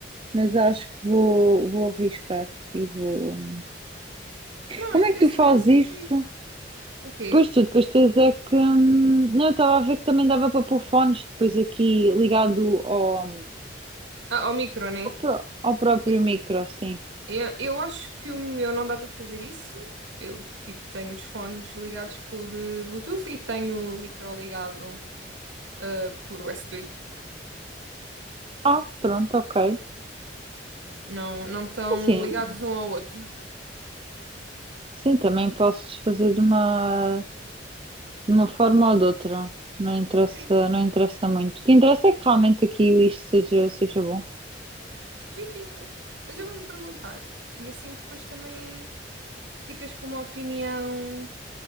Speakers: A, on the right; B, on the right.
A: mas acho que vou, vou arriscar e vou.
B: Não,
A: Como
B: esse,
A: é que
B: esse
A: tu fazes
B: parece
A: isso?
B: ser giro. O quê?
A: Pois tu, depois tens é que. hum, Não, eu estava a ver que também dava para pôr fones depois aqui ligado ao,
B: Ah, o micro, né?
A: ao pró- ao próprio
B: E-
A: micro, assim.
B: Eu, eu acho que o meu não dá para fazer isso. Eu, tipo, tenho os fones ligados por eh, Bluetooth e tenho o micro ligado eh, por USB.
A: Ah, pronto, ok.
B: Não, não estão
A: Assim,
B: ligados um ao outro. <laughs>
A: Sim, também posso fazer de uma, de uma forma ou de outra. Não interessa,
B: Sim,
A: não interessa muito. O que interessa é que realmente aqui isto seja, seja bom.
B: sim, sim, sim. Mas eu vou-lhe perguntar. E assim depois também... ficas com uma opinião,